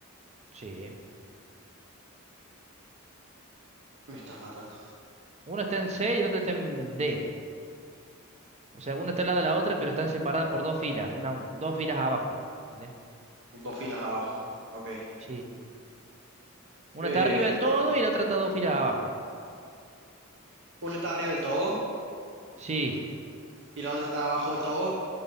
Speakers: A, on the right (about 30°); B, on the right (about 60°).
A: sí.
B: Me estás matando.
A: Uno está en C y el otro está en D. O sea, uno está al lado de la otra, pero están separadas por dos filas, una, dos filas abajo. ¿Entendés?
B: Dos filas abajo. Ok.
A: Sí. Una
B: Eh,
A: está arriba del todo y la otra está dos filas abajo.
B: una está arriba del todo
A: Sí.
B: y la otra está abajo del todo.